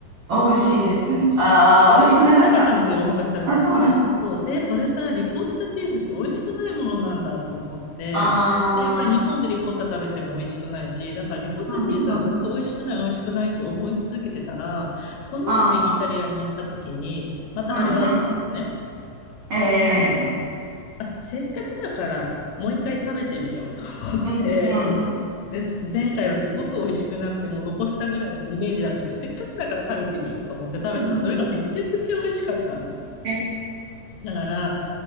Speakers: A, on the right; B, on the left.
A: 美味しいです。ああ、
B: そう、
A: 美味しくなかった。
B: 美味しくなかったんですよ、大昔食べた時。
A: あ、そうなの。
B: そう、で、それからリコッタチーズって美味しくないものなんだと思って、
A: ああ、
B: で、やっぱり日本でリコッタ食べても美味しくないし、だからリコッタチーズはずっと美味しくない、
A: うんうん。
B: 美味しくないって思い続けてたら、この前イタリアに行った時に、
A: ああ、
B: またあれがあったんですね。
A: うんうん。ええ
B: であ、せっかくだから、もう一回食べてみようと思って、
A: うんうん。
B: で、前回はすごく美味しくなくて、もう残したぐらいのイメージだったけど、せっかくだから食べてみようと思って食べたら、
A: うん
B: それがめちゃくちゃ美味しかったんですよ。
A: えー
B: だから、